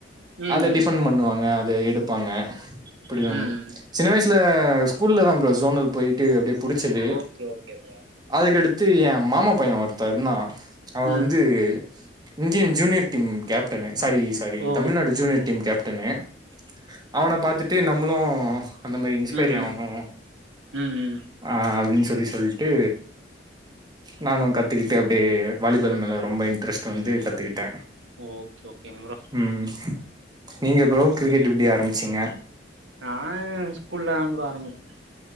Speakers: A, on the right; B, on the right.
A: ம்
B: அத
A: ம்
B: டிஃபன் பண்ணுவாங்க இத எடுப்பாங்க பிடிக்கும்
A: ம் ம்
B: சின்ன வயசு ல ஸ்கூல்லல தான் போரோ சோனல் போயிட்டு அப்டியே புடிச்சது
A: ஓகே ஓகே ப்ரோ
B: அதுக்கடுத்து தத்து ஏன் மாமா பையன் ஒரு தருணா அவ
A: ம்
B: வந்து இஜ்ஜின் ஜூனியர் டீம் கேப்டனே சாரி சாரி
A: ஓ
B: தமிழ்நாடு ஜூனியர் டீம் கேப்டனு அவன பாத்திட்டு நம்முளு அந்த மாரி இன்ஸ்பைரி
A: ம் ம்
B: ஆகுணு
A: ம் ம்
B: ஆ அப்டின் சொ செரி சொல்ட்டு நானு கட் கத்துக்கிட்டு அப்டியே வாலிபெல் மேல ரொம்ப இன்ட்ரெஸ்ட் வந்து கத்துக்கிட்டே
A: ஓகே ஓகேங் புரோ
B: ம் நீங்க புரோ கிரிக்கெட் எப்டி ஆரம்பிச்சீங்க
A: நா என் ஸ்கூல்ல தா புரோ ஆரம்பிச்